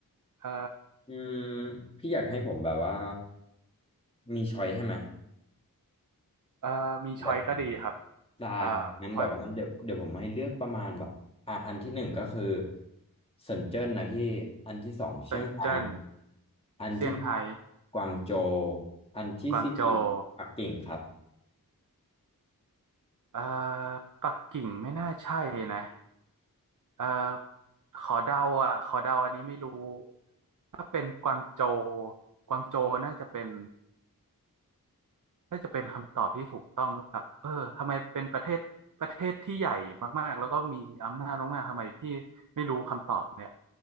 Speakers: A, on the right; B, on the left.
A: เอ่อ
B: อืมพี่อยากให้ผมแบบว่ามีช้อยให้ไหม
A: เอ่อมีช้อยก็ดีครับ
B: ได้ ได้ครับงั้นแบบว่าเดี๋ยวเดี๋ยวผมให้เลือกประมาณแบบอ่ะอันที่หนึ่งก็คือ
A: อ่าพอย
B: เซินเจิ้นนะพี่อันที่สองเชียงราย
A: สันเจิ้น
B: อันที่สาม
A: เซี่ยงไฮ้
B: กวางโจวอันที่สี่
A: กวางโจว
B: ปักกิ่งครับ
A: เอ่อปักกิ่งไม่น่าใช่นะเอ่อขอเดาอ่ะขอเดาอันนี้ไม่รู้ถ้าเป็นกวางโจวกวางโจวน่าจะเป็น น่าจะเป็นคำตอบที่ถูกต้องหรือเปล่าเออทำไมเป็นประเทศประเทศที่ใหญ่มากๆแล้วก็มีอำนาจมากๆทำไมพี่ไม่รู้คำตอบเนี่ย